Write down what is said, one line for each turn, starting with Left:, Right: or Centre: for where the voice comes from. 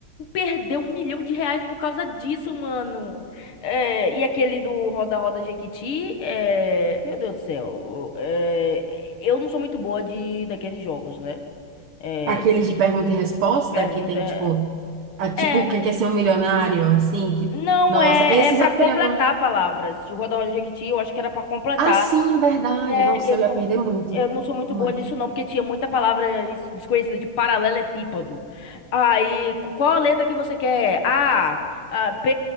Left: Perdeu um milhão de reais por causa disso, mano. É, e aquele do Roda Roda Jequiti, é, meu Deus do céu. é, eu não sou muito boa de daqueles jogos, né? É,
Right: Aqueles de pergunta e resposta,
Left: pergunta.
Right: que tem, tipo, a- tipo,
Left: É,
Right: quem quer ser um milionário, assim, que,
Left: não
Right: nossa,
Left: é,
Right: esses
Left: é para
Right: eu
Left: completar
Right: teria... go-
Left: palavras. O Roda Roda Jequiti, eu acho que era pra completar.
Right: Ah, sim, verdade.
Left: É,
Right: Nossa,
Left: eu
Right: eu
Left: não
Right: ia perder muito,
Left: Eu não sou muito
Right: muito.
Left: boa nisso, não, porque tinha muita palavra es- desconhecida, de paralelepípedo. Aí, qu- qual a letra que você quer? A, a, P.